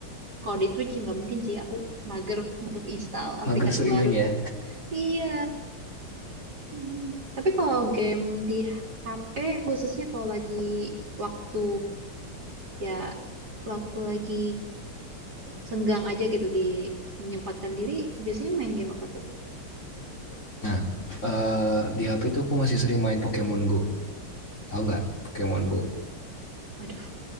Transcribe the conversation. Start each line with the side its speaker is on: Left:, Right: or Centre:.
Right: kalau di Twitch nggak mungkin sih aku mager untuk install aplikasi
Left: Mager streaming
Right: baru
Left: ya.
Right: iya Hmm. tapi kalau game di HP khususnya kalau lagi waktu ya waktu lagi senggang aja gitu di menyempatkan diri biasanya main game apa tuh?
Left: Nah, eh, di HP itu aku masih sering main Pokemon Go. Tahu nggak Pokemon Go?
Right: Aduh,